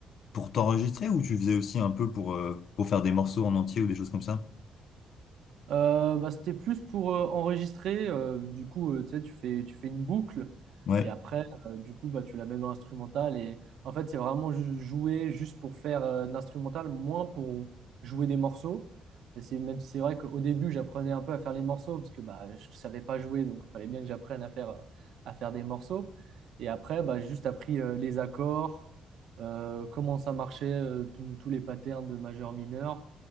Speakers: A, on the left; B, on the right.
A: pour t'enregistrer ou tu faisais aussi un peu pour, euh, pour faire des morceaux en entier ou des choses comme ça?
B: Euh, bah, c'était plus pour euh, enregistrer. euh, du coup, euh, tu sais, tu fais, tu fais une boucle
A: Ouais,
B: et après, euh, du coup, bah, tu la mets dans l'instrumental. Et en fait, c'est vraiment ju- jouer juste pour faire euh, de l'instrumental, moins pour jouer des morceaux. Et c'est même si c'est vrai qu'au début, j'apprenais un peu à faire les morceaux parce que bah, je ne savais pas jouer, donc il fallait bien que j'apprenne à faire, euh, à faire des morceaux. Et après, bah, j'ai juste appris euh, les accords, euh, comment ça marchait, euh, tous tous les patterns de majeur-mineur.